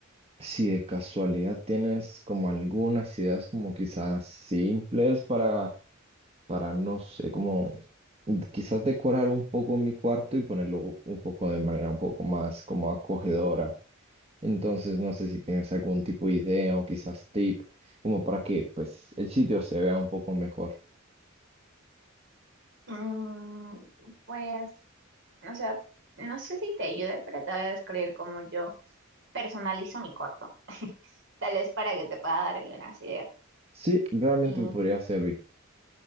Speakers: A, on the right; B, on the right.
A: si de casualidad tienes como algunas ideas como quizás simples para para, no sé, como mm, quizás decorar un poco mi cuarto y ponerlo un poco de manera un poco más como acogedora. Entonces, no sé si tienes algún tipo de idea o quizás tip, como para que pues el sitio se vea un poco mejor.
B: Mm, pues, o sea, no sé si te ayude, pero te voy a describir cómo yo personalizo mi corto, tal vez para que te pueda dar algunas ideas.
A: Sí, realmente
B: Y
A: me podría servir.